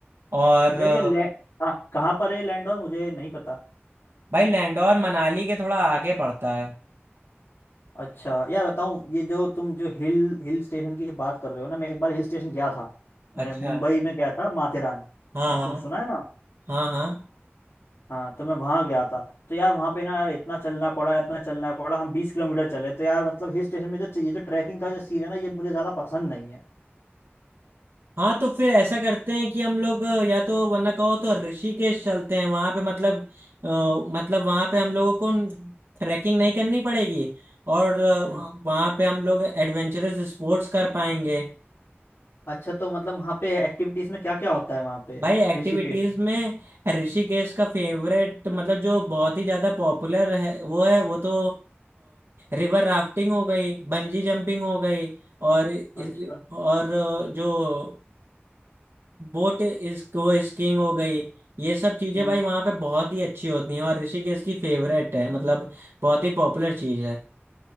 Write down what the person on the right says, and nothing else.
और
अ,
भाई लैंडौर मनाली के थोड़ा आगे पड़ता है
अच्छा
हाँ
हाँ
हाँ हाँ
हाँ तो फिर ऐसा करते हैं कि हम लोग अ, या तो वरना कहो तो ऋषिकेश चलते हैं वहां पे मतलब अ, मतलब वहां पे हम लोगों को ट्रैकिंग नहीं करनी पड़ेगी और
वहां पे हम लोग एडवेंचरस स्पोर्ट्स कर पाएंगे
भाई एक्टिविटीज
में ऋषिकेश का फेवरेट मतलब जो बहुत ही ज्यादा पॉपुलर है वो है वो तो रिवर राफ्टिंग हो गई बंजी जंपिंग हो गई और इस-
और अ, जो बोट इसको स्कीइंग हो गई ये सब चीजें
भाई वहां पे बहुत ही अच्छी होती हैं और ऋषिकेश की फेवरेट है मतलब बहुत ही पॉपुलर चीज है